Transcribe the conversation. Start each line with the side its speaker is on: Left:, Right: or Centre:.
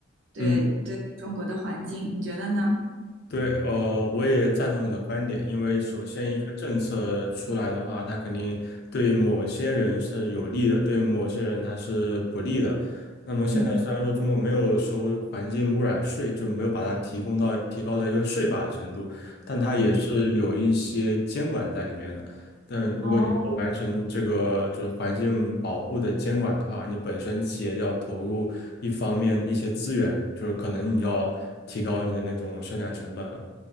Right: 对对中国的环境，
Left: 嗯，
Right: 你觉得呢？
Left: 对，呃，我也赞同你的观点，因为首先一个政策出来的话，它肯定对某些人是有利的，对某些人它是不利的。那么现在虽然说中国没有收环境污染税，
Right: 嗯，
Left: 就没有把它提供到提高到一个税法的程度，但它也是有一些监管在里面的。
Right: 嗯
Left: 但如果你不完成这个就是环境保护的监管的话，
Right: 哦，
Left: 你本身企业就要投入一方面一些资源，就是可能你要提高你的那种生产成本了。